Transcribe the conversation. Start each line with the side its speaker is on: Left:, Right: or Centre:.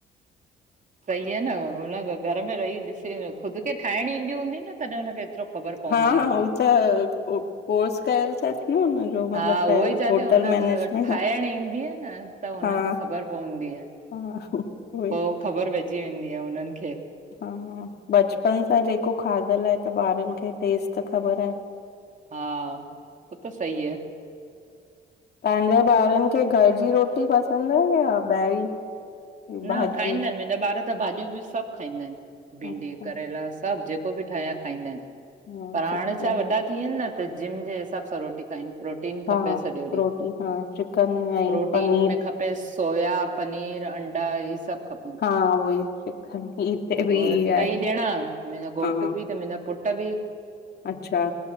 Right: सही आहे ना, हून घर में रही ॾिसी, ख़ुद खे ठाइणी ईंदी हूंदी न, तॾहिं हुनखे एतिरो ख़बर पवंदी
Left: हा -हा,
Right: हूंदी।
Left: उ त कोर्स कयल थस न। मतिलबु
Right: हा उहो ई चआं
Left: होटल
Right: थी, हुन अगर
Left: मैनेजमेंट
Right: ठायंण ईंदी न, त हुनखे
Left: हा
Right: ख़बर पवंदी आहे।
Left: हा उहोई
Right: पो ख़बर पइजी वेंदी आ हुननि खे।
Left: हा बचपन सां जेको खाधलु आहे त ॿारनि खे टेस्ट त ख़बर आहे।
Right: हा, हो त सही आहे।
Left: तांजे ॿारनि खे घर जी रोटी पसंदि आ या ॿाहिरी?
Right: न,
Left: भाॼी
Right: खाईंदा आहिन मुंहिंजा ॿार त भाॼियूं बि सभु खाईंदा आहिन, भिंडी,
Left: अच्छा
Right: करेला सभु जेके को बि ठाहियां खाईंदा आहिन
Left: हा
Right: पर हाणे
Left: सुठो
Right: छा
Left: आहे
Right: वॾा थी विया आहिन न त जिम जे हिसाब सां रोटी खाइन। प्रोटीन
Left: हा
Right: खपे सॼो ॾींहुं,
Left: रोटी हा चिकन ऐं
Right: प्रोटीन
Left: पनीर
Right: में खप पे सोया, पनीर, अंडा इहे सभु खप
Left: हा उहोई चिकन हिते
Right: त
Left: बि
Right: पो
Left: ई
Right: टई
Left: आहे
Right: ॼणा, मुहिंजो घोट
Left: हा
Right: भी त मुंजा पुट भी
Left: अच्छा